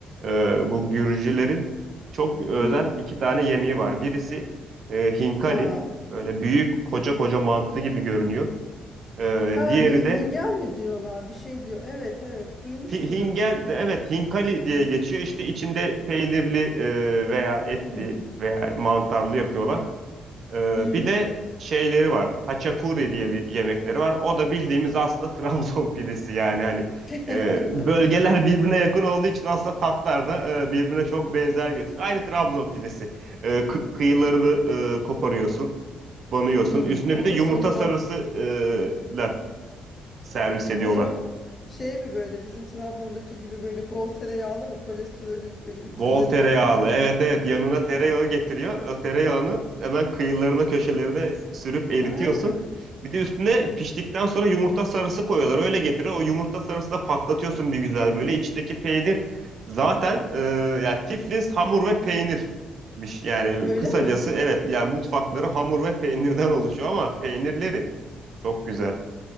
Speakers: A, on the right; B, on the left.
A: Ee, bu Gürcülerin çok özel
B: Hı hı.
A: iki tane yemeği var. Birisi e, hinkali.
B: Aa.
A: Böyle büyük koca koca mantı gibi görünüyor. Ee,
B: Ha
A: diğeri
B: hi-
A: de
B: hingel mi diyorlar bir şey diyor. Evet evet duymuştum
A: hi- hingel.
B: ben onu.
A: Evet hinkali diye geçiyor. İşte içinde peynirli e, veya etli
B: Hmm.
A: veya mantarlı yapıyorlar. Ee,
B: Hı hı.
A: bir de şeyleri var. Haçapuri diye bir yemekleri var. O da bildiğimiz aslında <laughs> Trabzon pidesi yani hani
B: <laughs>
A: e, bölgeler birbirine yakın olduğu için aslında tatlar da e, birbirine çok benzer gösteriyor. Aynı Trabzon pidesi. E, kı- kıyılarını e, koparıyorsun, banıyorsun.
B: Hmm,
A: Üstüne
B: otası
A: bir de yumurta
B: o zaman
A: sarısı e, ile servis ediyorlar.
B: o zaman o- şey mi böyle bizim Trabzon'daki gibi böyle bol tereyağlı mı kolesterolün böyle 300'leri
A: Bol tereyağlı.
B: 400'leri
A: Evet evet yanına tereyağı
B: falan?
A: getiriyor. O tereyağını hemen kıyılarına köşelerine sürüp eritiyorsun.
B: Aa,
A: Bir de üstüne piştikten sonra yumurta sarısı koyuyorlar. Öyle getiriyor. O yumurta sarısı da patlatıyorsun bir güzel böyle. İçindeki peynir zaten e, yani Tiflis hamur ve peynirmiş. Yani
B: öyle
A: kısacası
B: mi?
A: evet yani mutfakları hamur ve peynirden oluşuyor ama peynirleri çok güzel.